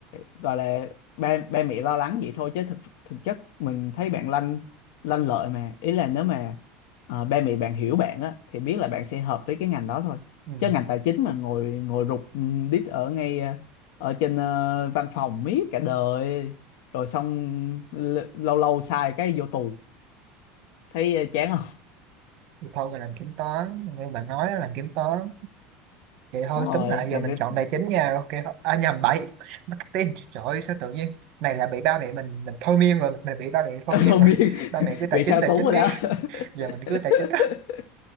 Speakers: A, on the left; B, on the right.
A: gọi là ba ba mẹ lo lắng vậy thôi chứ thực thực chất mình thấy bạn lanh lanh lợi mà ý là nếu mà ờ, ba mẹ bạn hiểu bạn á thì biết là bạn sẽ hợp với cái ngành đó thôi
B: ừ.
A: chứ ngành tài chính mà ngồi ngồi rụt ừ, đít ở ngay ờ, ở trên ờ, văn phòng miết cả đời rồi xong l- lâu lâu sai cái vô tù thấy ờ, chán không
B: Thì thôi mình làm kiểm toán như bạn nói đó, làm kiểm toán
A: <laughs>
B: vậy thôi
A: đúng rồi
B: túm lại giờ
A: làm
B: mình
A: cái
B: chọn tài chính nha ok à nhầm bậy marketing trời ơi sao tự nhiên này là bị ba mẹ mình mình thôi miên rồi mình bị ba mẹ thôi
A: <laughs>
B: miên
A: thôi
B: rồi
A: miên
B: <laughs> ba mẹ cứ tài
A: bị
B: chính
A: thao
B: tài
A: túng
B: chính
A: rồi
B: miết
A: đó
B: giờ
A: <laughs>
B: mình cứ tài chính